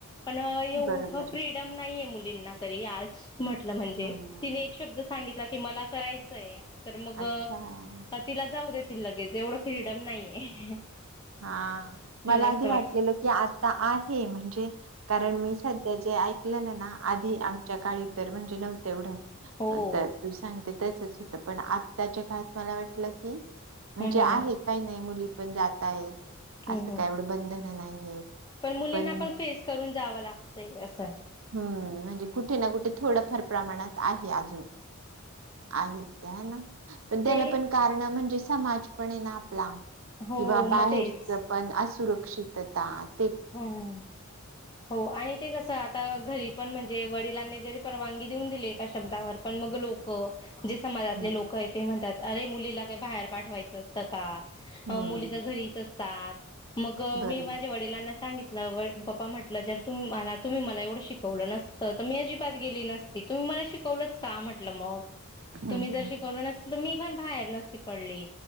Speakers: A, on the left; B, on the right.
A: पण एवढं
B: बरोबर.
A: फ्रीडम नाहीये मुलींना तरी आज म्हटलं म्हणजे
B: हं.
A: तिने एक शब्द सांगितला की मला करायचंय तर मग
B: अच्छा.
A: तिला जाऊ देतील लगेच एवढं फ्रीडम नाहीये
B: हा मला
A: असं
B: आधी वाटलेलं
A: वाटत
B: की आता आहे म्हणजे कारण मी सध्या ऐक ना आधी आमच्या काळी तर म्हणजे नव्हत येवढ
A: हो
B: तर तू सांग तेचच होत पण आताच्या काळात मला वाटलं की म्हणजे
A: हम्म हम्म
B: आहे काही नाही मुली पण जातय
A: हम्म
B: असं
A: हम्म
B: काही एवढं बंधन नाहीय आहेत
A: मुलींना
B: पण
A: फेस करून जावं लागतंय असं आहे
B: हम्म म्हणजे कुठे ना कुठे थोडंफार प्रमाणात आहे अजून आहे ना पण त्याला
A: ते
B: पण कारण म्हणजे समाज पण आहे ना आपला
A: हो
B: किंवा बाहेरच
A: मग तेच
B: पण असुरक्षिततात
A: हम् हो आणि ते कस आता घरी पण म्हणजे वडिलांनी जरी परवानगी देऊन दिली एका शब्दावर पण मग लोक जे समाजातले
B: हम्म
A: लोक आहे ते म्हणतात अरे मुलीला काही बाहेर पाठवायचं असतं का
B: हम्म
A: मुली तर घरीच असतात मग
B: बरोबर
A: मी माझ्या वडिलांना सांगितलं पप्पा म्हटलं जर तुम्ही मला तुम्ही मला एवढं शिकवलं नसतं तर मी अजिबात गेली नसती तुम्ही मला शिकवलंच का म्हटलं मग
B: हम्म
A: तुम्ही जर
B: हम्म
A: शिकवलं नसल तर मी पण बाहेर नसती पडली